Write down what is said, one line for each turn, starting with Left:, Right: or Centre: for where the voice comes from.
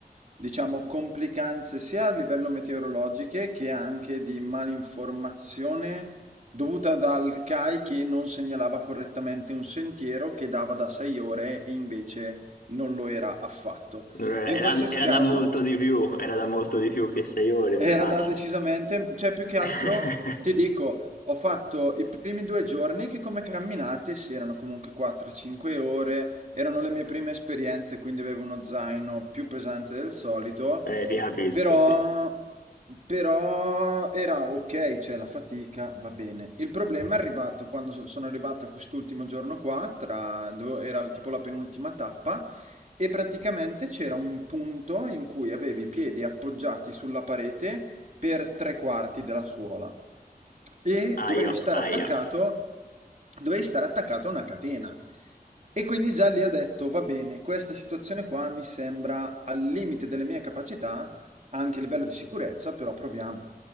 Right: diciamo, complicanze sia a livello meteorologiche che anche di malinformazione dovuta dal CAI che non segnalava correttamente un sentiero che dava da 6 ore e invece non lo era affatto.
Left: Non era,
Right: In
Left: era-
Right: qualsiasi
Left: era
Right: caso,
Left: da molto di più, era da molto di più che sei ore,
Right: era
Left: mi immagino.
Right: da decisamente cioè più che altro
Left: <laughs>
Right: ti dico, ho fatto i primi 2 giorni che come camminate, sì, erano comunque 4, 5 ore, erano le mie prime esperienze, quindi avevo uno zaino più pesante del solito,
Left: Eh, ti capisco,
Right: però
Left: sì.
Right: però era okay, cioè la fatica va bene. Il problema è arrivato quando so sono arrivato a quest'ultimo giorno qua, tra dove era tipo la penultima tappa, e praticamente c'era un punto in cui avevi i piedi appoggiati sulla parete per tre quarti della suola e dovevi
Left: Aio,
Right: stare attaccato,
Left: aio,
Right: dovevi stare attaccato a una catena. E quindi già lì ho detto, va bene, questa situazione qua mi sembra al limite delle mie capacità, anche a livello di sicurezza, però proviamo.